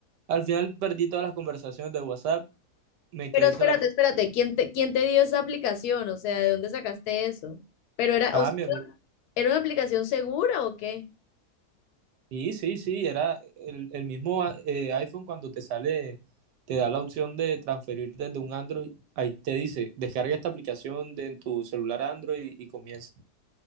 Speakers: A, on the right; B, on the left.
A: Al final perdí todas las conversaciones de WhatsApp, me quedé
B: Pero espérate,
A: solamente...
B: espérate, ¿quién te, quién te dio esa aplicación? O sea, ¿de dónde sacaste eso? Pero era,
A: Ah,
B: o sea,
A: mi amigo.
B: ¿era una aplicación segura o qué?
A: Sí, sí, sí, era el, el mismo eh, iPhone cuando te sale, te da la opción de transferir desde un Android, ahí te dice, descarga esta aplicación de, en tu celular Android y, y comienza.